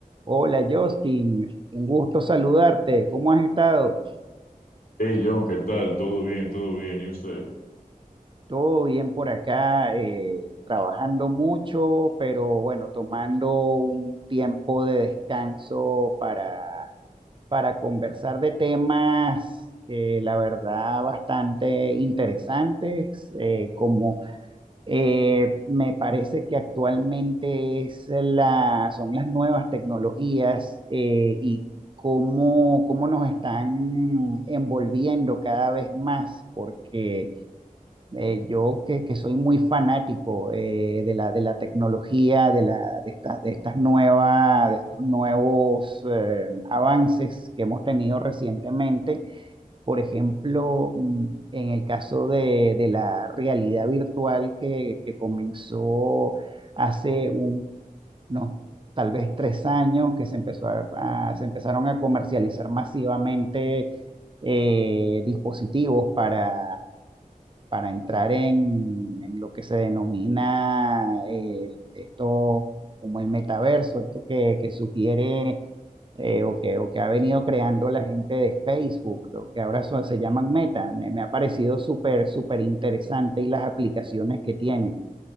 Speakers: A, on the right; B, on the left.
A: Hola Justin, un gusto saludarte. ¿Cómo has estado?
B: Hey John, ¿qué tal? ¿Todo bien? ¿Todo bien? ¿Y usted?
A: Todo bien por acá, eh, trabajando mucho, pero bueno, tomando un tiempo de descanso para, para conversar de temas, eh, la verdad, bastante interesantes, eh, como Eh, me parece que actualmente es la, son las nuevas tecnologías eh, y cómo, cómo nos están envolviendo cada vez más, porque eh, yo que, que soy muy fanático eh, de la, de la tecnología, de, la, de, esta- de estas nuevas, de estos nuevos eh, avances que hemos tenido recientemente por ejemplo, mm, en el caso de, de la realidad virtual que, que comenzó hace un- unos tal vez tres años, que se empezó a- a- se empezaron a comercializar masivamente eh, dispositivos para para entrar en, en lo que se denomina eh, esto como el metaverso, esto que, que sugiere eh, o que, o que ha venido creando la gente de Facebook, lo que ahora son- se llaman Meta. Me, me ha parecido súper, súper interesante y las aplicaciones que tienen.